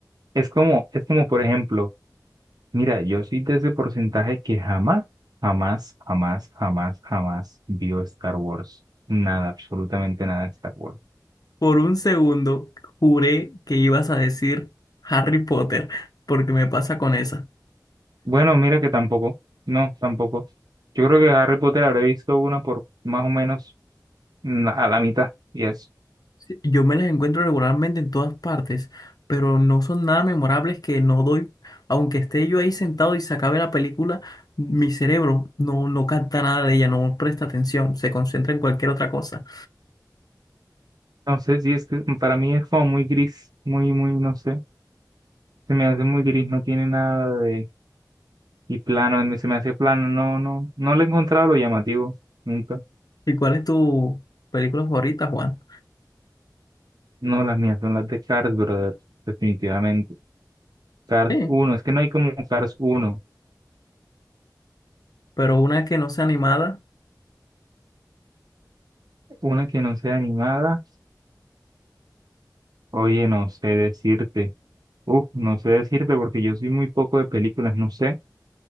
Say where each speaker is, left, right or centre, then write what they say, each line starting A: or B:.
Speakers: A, on the right (about 65°); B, on the left (about 60°).
A: Es como, es como, por ejemplo, Mira, yo soy de ese porcentaje que jamás, jamás, jamás, jamás, jamás vio Star Wars. Nada, absolutamente nada de Star Wars.
B: Por un segundo juré que ibas a decir Harry Potter, porque me pasa con esa.
A: Bueno, mira que tampoco, no, tampoco. Yo creo que Harry Potter habré visto una por más o menos mm, a la mitad y eso.
B: Sí, Yo me las encuentro regularmente en todas partes, pero no son nada memorables que no doy, aunque esté yo ahí sentado y se acabe la película, mi cerebro no, no capta nada de ella, no presta atención, se concentra en cualquier otra cosa.
A: No sé si es que para mí es como muy gris, muy, muy, no sé. Se me hace muy gris, no tiene nada de... Y plano, en- se me hace plano, no, no, no le he encontrado lo llamativo, nunca.
B: ¿Y cuál es tu película favorita, Juan?
A: No, las mías son las de Cars, brother, definitivamente. Cars
B: Sí,
A: uno, es que no hay como Cars uno,
B: pero una que no sea animada,
A: Una que no sea animada, oye, no sé decirte. Uf, no sé decirte porque yo soy muy poco de películas, no sé.